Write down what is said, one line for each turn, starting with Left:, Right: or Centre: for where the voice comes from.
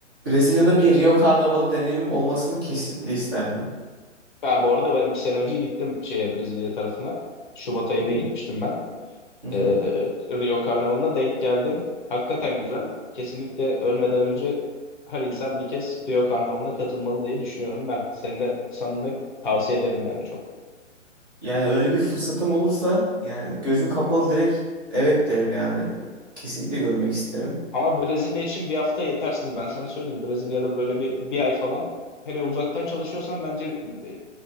Right: Brezilya'da
Left: Ee,
Right: bir Rio Karnavalı deneyimim olmasını kesinlikle isterdim.
Left: Ya bu arada ben iki sene önce gittim şeye Brezilya tarafına. Şubat ayında
Right: Hmm.
Left: gitmiştim ben.
Right: Hı
Left: Ee,
Right: hı.
Left: Rio Karnavalı'na denk geldim. Hakikaten güzel. Kesinlikle ölmeden önce her insan bir kez Rio Karnavalı'na katılmalı diye düşünüyorum ben. Seni de sana da tavsiye ederim yani çok.
Right: Yani öyle bir fırsatım olursa yani gözüm kapalı direkt evet derim yani. Kesinlikle görmek isterim.
Left: Ama Brezilya için bir hafta yetersiz. Ben sana söyleyeyim. Brezilya'da böyle bir, bir ay falan hele uzaktan çalışıyorsan bence e,